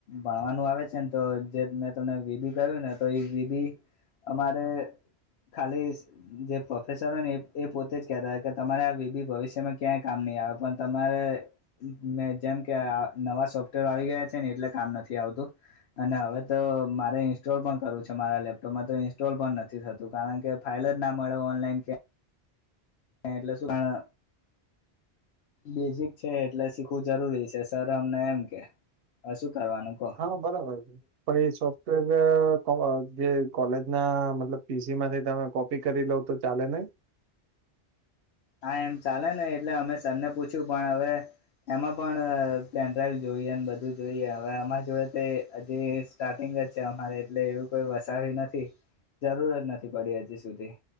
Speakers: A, on the left; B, on the right.
A: ભણવાનું આવે છે ને તો જે મેં તમને વી બી કહ્યું ને તો એ વી બી અમારે ખાલી જે પ્રોફેસરોને એ પોતે જ કેહેતા કે તમારે વી બી ભવિષ્યમાં ક્યાંય કામ નહીં આવે પણ તમારે મે જેમ કે આ નવા સોફ્ટવેર આવી ગયા છે ને એટલે કામ નથી આવતું. અને હવે તો મારે ઈન્સ્ટોલ પણ કરવું છે મારા લેપટોપમાં તો ઇન્સ્ટોલ પણ નથી થ તું કારણ કે ફાઇલ જ ના મળે ઓનલાઈન કે એ એટલે સુું કણ બેઝિક છે એટલે શીખવું જરૂરી છે સર અમને એમ કે. હ શું કરવાનું. કહો
B: હા, બરાબર છે. પણ એ સબ પેલું જે કો જે કોલેજ ના મતલબ પી સી માંથી તમે કોપી કરી લઉ તો ચાલે નહી?
A: હા, એમ ચાલે ને એટલે અમે સર ને પૂછ્યું પણ હવે એમાં પણ અહ પેનડ્રાઈવ જોઈએ બધું જોઈએ હવે આમાં જોએ તે જે સ્ટાર્ટિંગ જ છે અમારે એટલે એવું કોઈ વસાવી નથી જરૂર જ નથી પડી હજી સુધી.